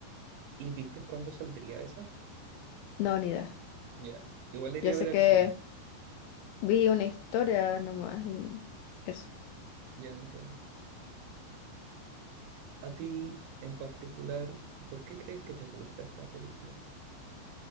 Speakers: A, on the right (about 80°); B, on the left (about 80°).
A: ¿Y viste cuándo saldría esa?
B: No, ni idea.
A: Ya. Igual le iría
B: Yo sé
A: a ver al
B: que
A: cine.
B: vi una historia nomás y eso.
A: Ya entiendo. A ti en particular, ¿por qué crees que te gusta esta película?